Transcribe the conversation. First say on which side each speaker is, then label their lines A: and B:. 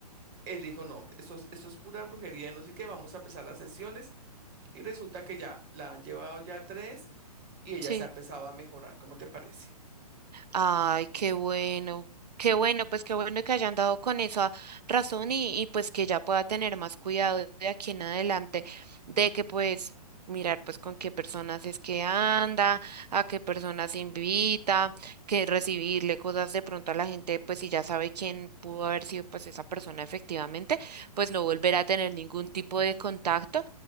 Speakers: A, on the right; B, on the right.
A: él dijo, no, esto es, esto es pura brujería, no sé qué, vamos a empezar las sesiones y resulta que ya la han llevado ya tres y ella
B: Sí.
A: se ha empezado a mejorar. ¿Cómo te parece?
B: Ay, qué bueno, qué bueno, pues qué bueno que hayan dado con esa razón y, y pues que ya pueda tener más cuidado de aquí en adelante, de que pues mirar pues con qué personas es que anda, a qué personas invita, que recibirle cosas de pronto a la gente, pues si ya sabe quién pudo haber sido pues esa persona efectivamente, pues no volver a tener ningún tipo de contacto